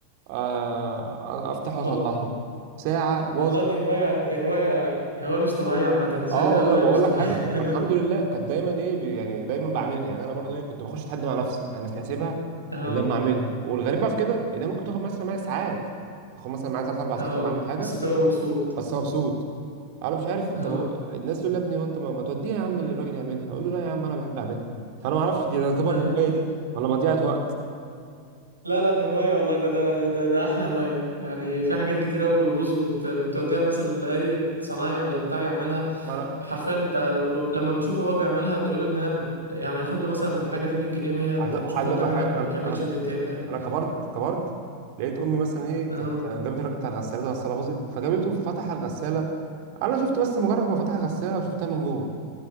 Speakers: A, on the right (about 45°); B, on the right (about 85°).
A: آه، افتحه واصلحه
B: وال...
A: ساعه
B: والله
A: باظ
B: دي هوايه دي هوايه هوايه مش طبيعيه عامه انا شايفها
A: اه والله
B: هوايه
A: واقول
B: مش طبيعيه
A: لك حاجه والحمد
B: <laughs> ايه ده
A: لله كانت دايما ايه بي- يعني دايما بعملها يعني انا برضو ايه كنت بخش اتحدى مع نفسي انا مش هسيبها
B: اه
A: الا لما اعملها والغريب بقى في كده ان هي ممكن تاخد مثلا معايا ساعات تاخد مثلا معايا 3 4
B: اه
A: ساعات انا بعمل حاجه
B: بس بتبقى مبسوط
A: بس مبسوط انا مش عارف
B: اه
A: طب الناس تقول لي يا ابني هو انت ما, ما توديها يا عم للراجل يعملها اقول له لا يا عم انا بحب اعملها فانا ما اعرفش دي تعتبر
B: ده
A: هوايه
B: موت ده
A: دي ولا مضيعه وقت
B: لا لا دي هواية والله ده ده ده, ده أحلى هواية يعني في حاجات كتير أوي بتبوظ وت- وتوديها مثلا لأي صنايعي ولا بتاع يعملها
A: ما انا
B: حرفيا أنت لما بتشوفه هو بيعملها تقول إن هي يعني ياخد له مثلا في الحاجة دي 100 جنيه وهي أنت
A: عايز عايز
B: بتشوفه
A: اقول
B: قدام
A: لك
B: عينك
A: حاجه انا
B: ما بيكملش
A: انا
B: دقيقتين فاهم
A: انا كبرت كبرت لقيت امي مثلا هي كانت
B: اه
A: جابت الراجل بتاع الغسالات غساله باظت فجابته ففتح الغساله انا شفت بس مجرد ما فتح الغساله وشفتها من جوه